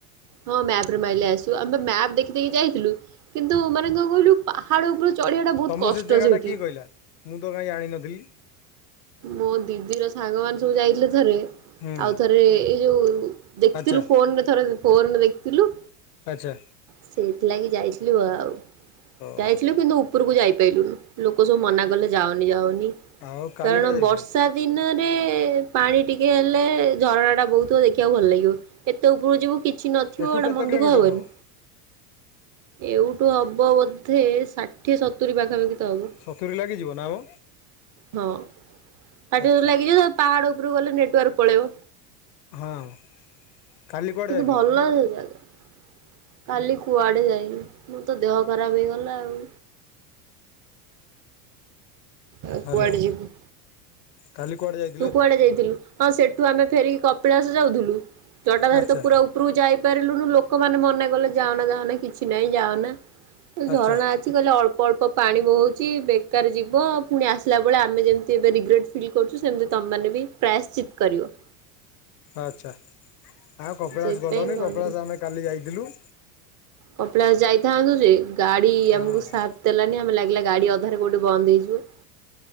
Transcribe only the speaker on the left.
ତମକୁ
ସେ ଜାଗାଟା
କିଏ କହିଲା ମୁଁ ତ କାଇଁ ଜାଣିନଥିଲି।
ହୁଁ
ଆଚ୍ଛା।
ଆଚ୍ଛା।
ଓହୋ
ଆଉ କାଲି
କୁଆଡ଼େ ଯାଇଥିଲ?
ଏଠୁ
କେତେ
କିଲୋମିଟର
ହବ
ସତୁରୀ ଲାଗିଯିବ ନା ମୋ।
ଆଚ୍ଛା।
ହଁ କାଲି କୁଆଡ଼େ
ଯାଇଥିଲ
ହ୍ୟାଲୋ
କାଲି କୁଆଡେ ଯାଇ
ଆଚ୍ଛା
ଆଚ୍ଛା
ଆଚ୍ଛା, ଆ, କପିଳାସ
ଗଲନି।
କପିଳାସ ଆମେ କାଲି ଯାଇଥିଲୁ।
ହଁ